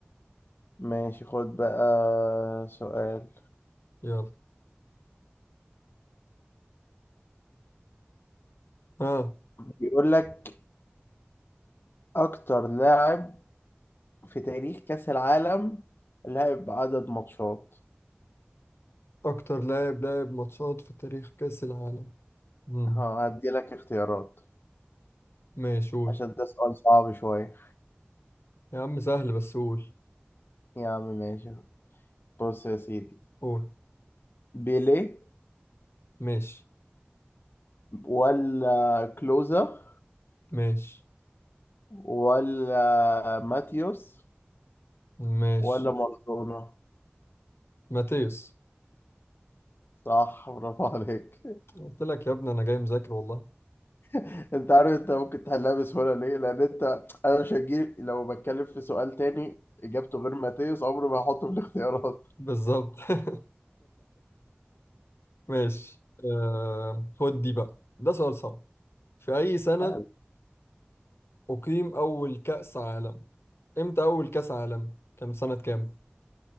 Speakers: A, on the left; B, on the left.
A: ماشي خد بقى سؤال
B: يلا ها
A: بيقول لك اكتر لاعب في تاريخ كأس العالم لعب عدد ماتشات
B: اكتر لاعب لعب ماتشات في تاريخ كأس العالم امم
A: ها، هديلك اختيارات
B: ماشي قول
A: عشان ده سؤال صعب شوية
B: يا عم سهل بس قول
A: يا عم ماشي بص يا سيدي
B: قول
A: بيليه
B: ماشي
A: ولا كلوزا
B: ماشي
A: ولا ماتيوس
B: ماشي
A: ولا مارادونا
B: ماتيوس
A: صح برافو عليك
B: قلت لك يا ابني انا جاي مذاكر والله
A: <laughs> انت عارف انت ممكن تحلها بسهولة ليه لان انت انا مش هجيب لو بتكلم في سؤال تاني اجابته غير ماتيوس عمري ما هحطه في الاختيارات
B: بالظبط <laughs> ماشي آه خد دي بقى ده سؤال صعب في اي سنة
A: <laughs>
B: اقيم اول كأس عالم امتى اول كأس عالم كان في سنة كام